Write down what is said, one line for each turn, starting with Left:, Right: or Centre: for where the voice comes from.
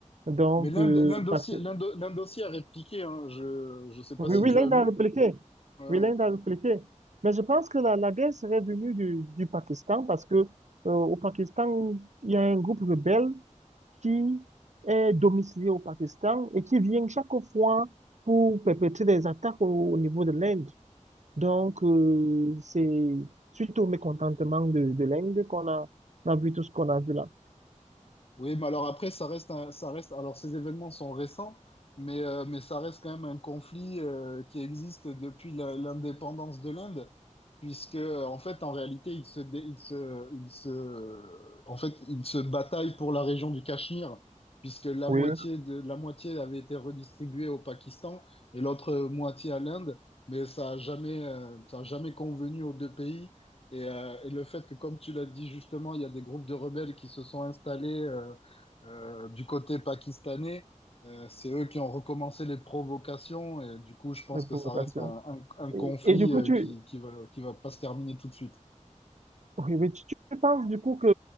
Right: Donc,
Left: Mais l'Inde
Right: euh,
Left: l'Inde aussi,
Right: parce que
Left: l'Inde l'Inde aussi a répliqué. hein. Je je sais pas
Right: Oui,
Left: si
Right: oui,
Left: tu
Right: l'Inde
Left: as vu.
Right: a répliqué.
Left: Ouais.
Right: Oui, l'Inde a répliqué. Mais je pense que la, la guerre serait venue du, du Pakistan parce que euh, au Pakistan, il y a un groupe rebelle qui est domicilié au Pakistan et qui vient chaque fois pour perpétrer des attaques au, au niveau de l'Inde. Donc, euh, c'est suite au mécontentement de, de l'Inde qu'on a, on a vu tout ce qu'on a vu là.
Left: Oui, mais alors après ça reste un- ça reste. Alors ces événements sont récents, mais euh, mais ça reste quand même un conflit euh, qui existe depuis la- l'indépendance de l'Inde. puisque en fait, en réalité, ils se, dé- ils se, ils se, en fait, ils se bataillent pour la région du Cachemire, puisque la
Right: Oui.
Left: moitié de la moitié avait été redistribuée au Pakistan et l'autre moitié à l'Inde, mais ça a jamais, euh, ça a jamais convenu aux deux pays. Et, euh, et le fait que, comme tu l'as dit justement, il y a des groupes de rebelles qui se sont installés euh, euh, du côté pakistanais. Euh, c'est eux qui ont recommencé les provocations et du coup, je pense
Right: Les provocations.
Left: que ça reste un, un- un conflit
Right: Et, et du coup,
Left: euh,
Right: tu,
Left: qui, qui va, qui va pas se terminer tout de suite.
Right: Oui, mais Tu, tu penses du coup que